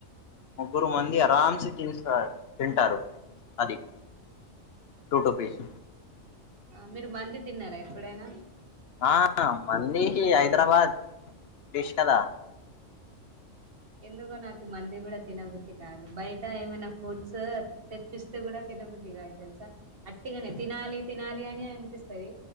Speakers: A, on the left; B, on the right.
A: ముగ్గురు మంది అరమ్స్ తిం తింటారు అది టూ టూ పీస్
B: ఆ మీరు మంది తిన్నారా ఎప్పుడైనా
A: ఆ మందికి హైదరాబాద్ డిష్ కదా
B: ఎందుకో నాకు మంది కూడా తినబుద్ది కాదు బయట ఏమైనా ఫుడ్స్ తెప్పిస్తే కూడా తి నబుద్ధి గాదు తెల్స అట్టిగానే తినాలి తినాలి అని అనిపిస్తది